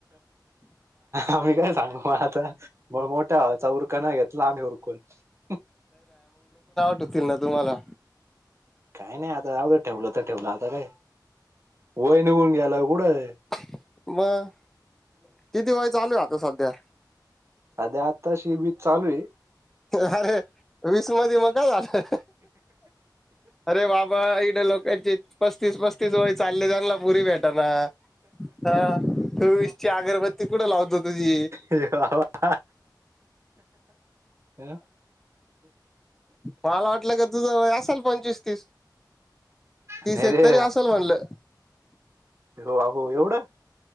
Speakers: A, on the right; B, in the centre.
A: आम्ही काय सांगू मग आता मोठा चौ कना घेतला आम्ही हरकून <inaudible>
B: येतील ना तुम्हाला
A: काही नाही आता एवढं ठेवलं तर ठेवलं आता काय <inaudible> वय निघून गेल--कुठं
B: <inaudible> मग किती वय चालू आहे आता सध्या
A: सध्या आताशी वीस चालू आहे
B: अरे वीस मध्ये मग का झालंय अरे बाबा, बाबा इकड लोकांची पस्तीस-पस्तीस वय चालय त्यानला पुरी भेटना, हा चोवीसची अगरबत्ती कुठं लावतो तुझी
A: वा-वा हं
B: मला वाटलं का तुझं असेल. पंचवीस तीस तीस
A: नाही
B: एकतरी
A: रे
B: असल म्हणलं
A: हो आहो एवढं